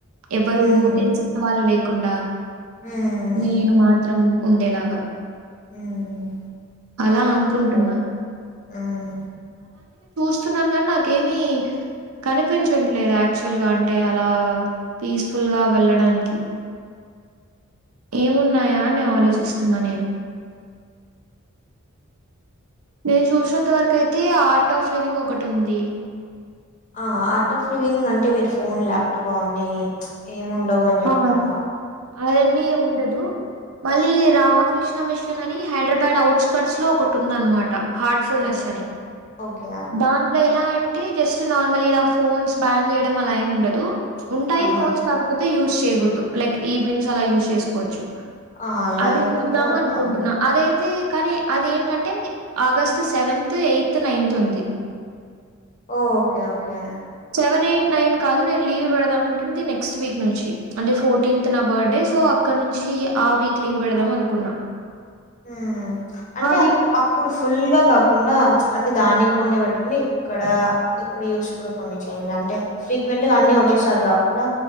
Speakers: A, on the right; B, on the left.
A: ఎవ్వరు
B: ఉమ్
A: తెలిసి వాళ్ళు లేకుండా
B: ఉమ్
A: నేను మాత్రం ఉండేలాగా
B: ఉమ్
A: అలా
B: అవును
A: అనుకుంటున్నా
B: అలా ఉమ్
A: స్తున్నాను గాన్ నాకేమి కనిపించట్లేదు యాక్చువల్ గా అంటే అలా పీస్ఫుల్ గా వెళ్ళడాని ఏమున్నాయా అని ఆలోచిస్తున్నా నేను నేను చూసినంత వరకు అయితే ఆటో ఫ్లీవింగ్ ఒకటి ఉంది
B: ఆ ఆటో ఫ్లీవింగ్ అంటే మీరు ఫోన్ ల్యాప్టాప్ అవన్నీ ఏముండవు అని చెప్పారు
A: ఆ!
B: గా
A: అదన్నీ ఉండదు మళ్ళీ రామకృష్ణ మిషన్ అని హైదరాబాద్ అవుట్స్ కట్స్ లో ఒకటి ఉందనమాట హార్ట్ఫుల్నెస్
B: ఓకే
A: అని
B: ఓకే ఆ,
A: దాంట్లో ఎలా అం టి జస్ట్ నార్మల్ ఇలా ఫోన్స్ బ్యాన్ చేయడం అలా ఏం ఉండదు ఉంటాయి
B: ఆహా
A: ఫోన్స్ కాకపోత్ తి యూస్ చేయకూడదు లైక్ ఈవినింగ్స్ అలా యూస్ చేసుకోవచ్చు
B: ఆ, అలా
A: అది
B: అయితే
A: చూద్దాం అనుకుంటున్నా
B: ఫైన్
A: అదై తే కానీ అదేంటంటే ఆగస్ట్ సెవెంత్ ఎయిత్ నైన్త్ ఉంది
B: ఓ okay okay
A: seven eight nine కాదు నేను లీవ్ పెడదాం అనుకుంది నెక్స్ట్ వీక్ నుంచి అంటే ఫోర్టీన్త్ నా బర్త్డే సో అక్కడ నుంచి ఆ వీక్ లీవ్ పెడదాం అనుకున్న
B: ఊ అంటే
A: వీక్
B: అక్ అప్పుడు ఫుల్ గా తగ్ కుండా ప్చ్ అంటే దాన్ కొన్ని పెట్టండి ఇక్కడ ఇక్కడ యూస్ కూడ్ కొన్ని చేయండి అంటే ఫ్రీక్వెంట్ గా అన్ని ఒకటే సారి కాకుండా